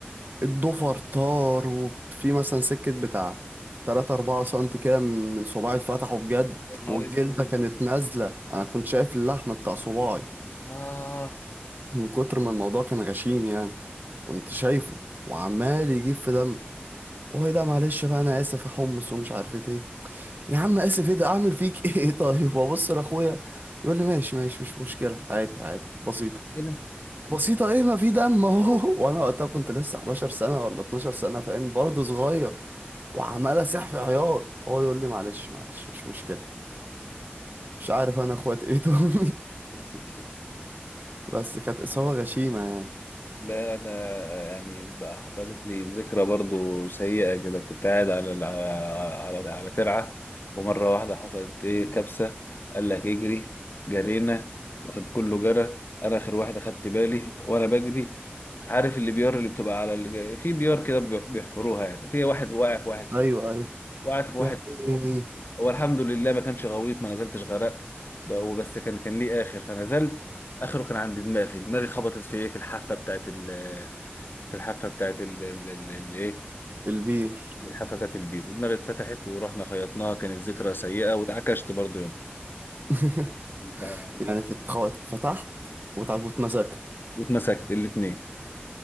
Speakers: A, on the right (about 50°); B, on the left (about 60°).
A: الضفر طار وفي مثلا سكة بتاع تلاتة أربعة سنتي كده من من صباعي اتفتحوا بجد
B: نهار
A: والجلدة
B: اسود
A: كانت نازلة أنا كنت شايف اللحم بتاع صباعي
B: اه
A: من كتر ما الموضوع كان غشيم يعني كنت شايفه وعمال يجيب في دم وهي ده معلش بقى أنا آسف يا حمص ومش عارف إيه يا عم آسف إيه ده أعمل فيك <laughs> إيه طيب وأبص لأخويا يقول لي ماشي ماشي مش مشكلة عادي عادي بسيطة
B: هنا
A: بسيطة ايه ما في دم اهو <laughs> وانا وقتها كنت لسه 11 سنة ولا 12 سنة فاهم برضه صغير وعمال اسح في عياط هو يقول لي معلش معلش مش مشكلة مش عارف انا اخوات ايه دول
B: <laughs>
A: <laughs> بس كانت اصابة غشيمة يعني
B: لا انا يعني بقى حصلت لي ذكرى برضو سيئه كده كنت قاعد على على على ترعه ومره واحده حصلت ايه كبسه قال لك اجري جرينا واخد كله جرى انا اخر واحد اخدت بالي وانا بجري عارف اللي بيار اللي بتبقى على ال... في بيار كده بيحفروها يعني في واحد واقع في واحد فيه
A: ايوه ايوه
B: وقعت في واحد
A: يعني
B: فيهم هو الحمد لله ما كانش غويط ما نزلتش غرقت ب- وبس كان كان ليه اخر فنزلت اخره كان عند دماغي دماغي خبطت في ايه في الحافه بتاعت ال في الحافه بتاعت ال ال- ال- ال- ايه
A: في البير
B: الحافه بتاعت البير دماغي اتفتحت ورحنا خيطناها كانت ذكرى سيئه واتعكشت برضه يوم
A: <laughs>
B: ف-
A: يعني في التخ- اتفتحت وتع- واتمسكت <laughs>
B: واتمسكت الاثنين